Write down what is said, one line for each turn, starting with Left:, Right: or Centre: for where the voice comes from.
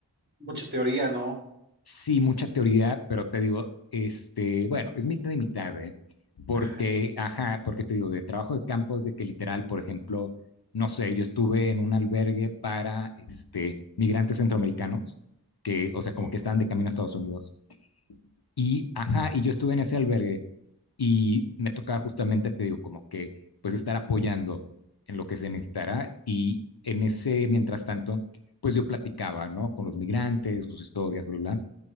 Right: Mucha teoría, ¿no?
Left: Sí, mucha teoría, pero te digo, este, bueno, es mitad y mitad, ¿eh? Porque,
Right: <laughs> Ajá.
Left: ajá, porque te digo, de trabajo de campo es de que literal, por ejemplo, no sé, yo estuve en un albergue para este, migrantes centroamericanos, que, o sea, como
Right: Ok.
Left: que estaban de camino a Estados Unidos. Y, ajá, y yo estuve en ese albergue y me tocaba justamente, te digo, como que, pues estar apoyando en lo que se necesitara. Y en ese, mientras tanto, pues yo platicaba, ¿no? Con los migrantes, sus historias, bla, bla. bla.